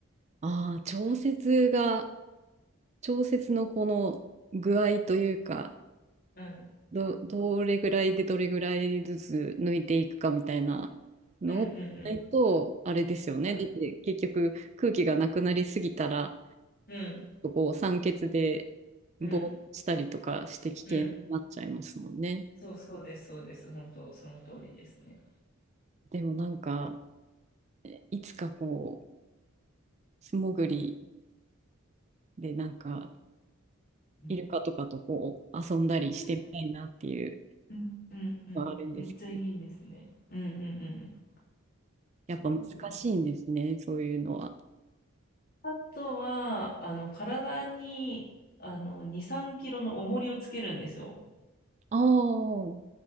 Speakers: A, on the right (about 30°); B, on the left (about 45°).
A: ああ、調節が、調節のこの具合というか、
B: はい。
A: ど、どれぐらいでどれぐらいずつ抜いていくかみたいなのを考えないと、
B: うんうんうん。
A: あれですよね。
B: はい。
A: だって結局空気がなくなりすぎたら、
B: うん
A: こう酸欠でぼーっとしたりとかして危険になっちゃいますもんね。
B: うんうん。そうそうです、そうです。本当、その通りですね。
A: でもなんか、えいつかこう、素潜りでなんか、
B: うん
A: イルカとかとこう遊んだりしてみたいなっていう
B: うんうんうん。
A: のはあるんですけど。
B: めっちゃいいですね。うんうんうん。
A: やっぱ難しいんですね、
B: めっちゃいいです。
A: そういうのは。
B: あとは、あの、体に、あの、2、3キロの重りをつけるんですよ。
A: ああ、